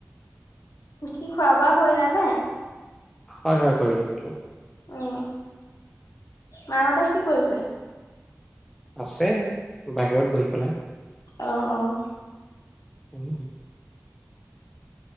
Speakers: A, on the left (about 85°); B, in the centre.
A: কি খোৱা বোৱা কৰিলা নে
B: হয় হয় কৰিলো কৰিলো
A: অ', মাহঁতে কি কৰিছে?
B: আছে বাহিৰত বহি পেলাই
A: অহ অ
B: উম